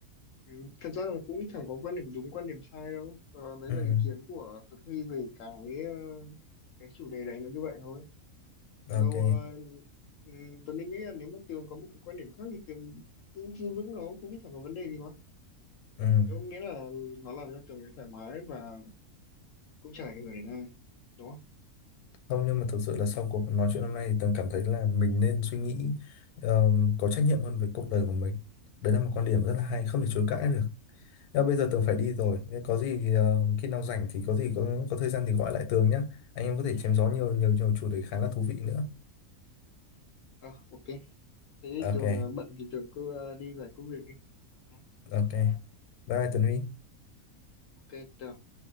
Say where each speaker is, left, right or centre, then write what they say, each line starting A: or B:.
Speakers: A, on the left; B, on the left.
A: ừ, thật ra là cũng chẳng có quan điểm đúng quan điểm sai đâu Ờ, đấy
B: Ừ,
A: là ý kiến của Tuấn Huy về cái ờ, cái chủ đề này nó như vậy thôi còn
B: ok.
A: đâu ờ, ừm, Tuấn Linh nghĩ là nếu mà Tường có một cái quan điểm khác thì Tường cứ giữ vững nó cũng chẳng có vấn đề gì mà
B: Ừ.
A: nếu miễn là nó làm cho Tường thấy thoải mái và cũng chẳng ảnh hưởng đến ai đúng không
B: Không nhưng mà thực sự là sau cuộc nói chuyện hôm nay thì Tường cảm thấy là mình nên suy nghĩ ờm, có trách nhiệm hơn về cuộc đời của mình. Đấy là một quan điểm rất là hay, không thể chối cãi được. Nhưng bây giờ Tường phải đi rồi, Thế có gì ờm, khi nào rảnh thì có gì có có thời gian thì gọi lại Tường nhé. Anh em có thể chém gió nhiều nhiều nhiều chủ đề khá là thú vị nữa.
A: à, ok thế thì
B: Ok,
A: Tường ờ, bận thì Tường cứ ờ, đi giải quyết việc đi Nha.
B: ok. Bye bye Tường Huy.
A: ok Tường